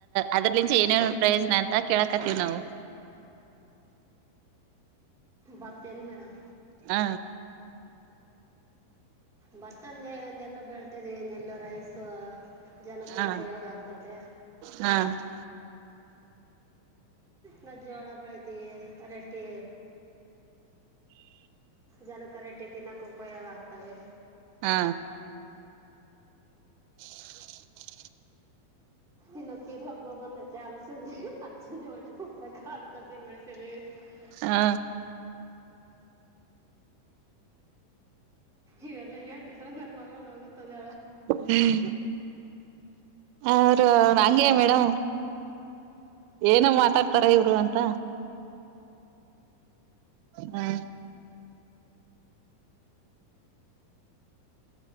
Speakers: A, on the right (about 85°); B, in the centre.
A: ಅದ್ರಲಿಂ ಏನೇ ಪ್ರಯೋಜನ ಅಂತ ಕೇಳಕತ್ತೀವಿ ನಾವು <inaudible>
B: ಬತ್ತೇನು ಮೇಡಂ.
A: ಹ್ಮ
B: ಭತ್ತ ನೆಲ್ಲ ಬೆಳತದೆನ್ನೆಲ್ಲ ರೈಸು. ಜನಕ್ಕೂ
A: ಹ
B: ಉಪಯೋಗ ಆಗ್ತದೆ.
A: ಹ
B: ನ ಜೋಳ ಬೆಳತೀವಿ ರೆಟ್ಟಿ ಜನಕ ರೇಟ್ಟಿ ತಿನ್ನೋಕ ಉಪಯೋಗ ಆಗ್ತವೆ
A: ಹಾ <inaudible>
B: ಇನ್ನಕಿರ ಹಬ್ಬ ಮ ಎತ್ತ ಆಲ ಆಲ ಒಡಕ ಬೆಳಸಿದವೆ <unintelligible>
A: ಹಾ
B: ಇವೆಲ್ಲಾ ಹೇಳ್ತಿದ್ರ ನನ್ ಮಗಳನ ಆಗುತ್ತದ
A: ಹ್ಮ್ ಅವ ಅಂಗೆ ಮೇಡಮ್ ಏನು ಮಾತಾಡ್ತಾರ ಇವ್ರು ಅಂತ ಹಾ